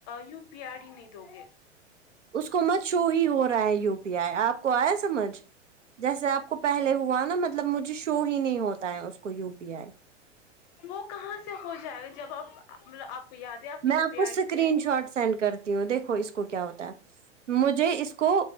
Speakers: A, on the left; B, on the right.
A: یو پی آئی ڈی نہیں دو گے
B: اس کو مت شو ہی ہو رہا ہے یو پی آئی آپ کو آیا سمجھ جیسے آپ کو پہلے ہوا نا مطلب مجھے شو ہی نہیں ہوتا ہے اس کو یو پی آئی
A: وہ کہاں سے ہو جائے گا جب آپ مطلب آپ کو یاد ہے کا
B: میں
A: یو
B: آپ
A: پی
B: کو
A: آئی
B: اسکرین
A: ڈی کیا ہے
B: شاٹ سینڈ کرتی ہوں دیکھو اس کو کیا ہوتا ہے مجھے اس کو